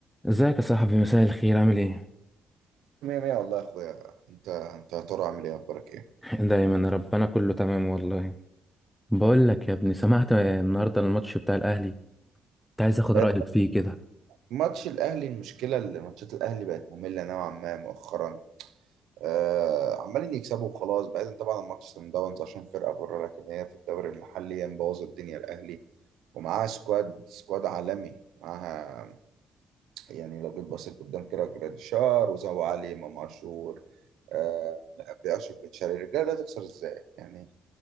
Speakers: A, in the centre; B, on the right (about 80°).
A: ازيك يا صاحبي مساء الخير عامل ايه
B: مية مية والله يا اخويا انت انت يا ترى عامل ايه اخبارك ايه
A: دايما ربنا كله تمام والله بقول لك يا ابني سمعت النهارده الماتش بتاع الاهلي كنت عايز اخد
B: آه،
A: رايك فيه كده
B: ماتش الاهلي المشكله اللي ماتشات الاهلي بقت ممله نوعا ما مؤخرا آه عمالين يكسبوا وخلاص بعيدا طبعا عن ماتش سان داونز عشان فرقه بره لكن هي في الدوري المحلي هي مبوظه الدنيا الاهلي ومعاها سكواد سكواد عالمي معاها يعني لو جيت بصيت قدام كده جراديشار وزو علي امام عاشور آه، باشرف بن شرقي الرجاله ده تخسر ازاي يعني